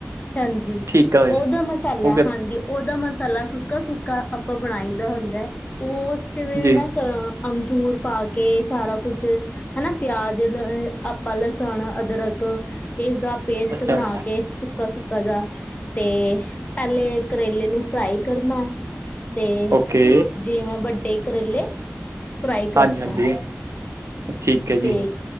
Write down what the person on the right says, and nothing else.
ਠੀਕ ਆ ਵੀਰ
ਓਕੇ
ਜੀ
ਅੱਛਾ
ਓਕੇ
ਹਾਂਜੀ ਹਾਂਜੀ
ਠੀਕ ਹੈ ਜੀ